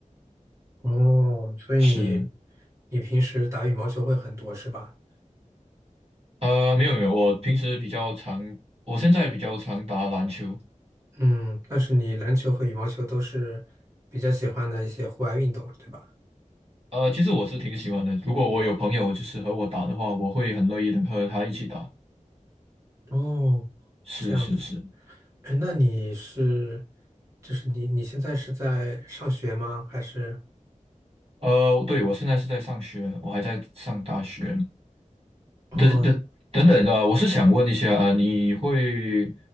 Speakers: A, on the right; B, on the right.
A: 哦，所以你
B: 是，
A: 你平时打羽毛球会很多是吧？
B: 呃，没有没有，我平时比较常，我现在比较常打篮球，
A: 嗯，但是你篮球和羽毛球都是比较喜欢的一些户外运动，对吧？
B: 呃，其实我是挺喜欢的。如果我有朋友就是和我打的话，我会很乐意的和他一起打。
A: 哦，
B: 是是是，
A: 这样子。哎，那你是，就是你你现在是在上学吗？还是？
B: 呃，对，我现在是在上学，我还在上大学。
A: 哦，
B: 等等等等，呃，我是想问一下，呃你会，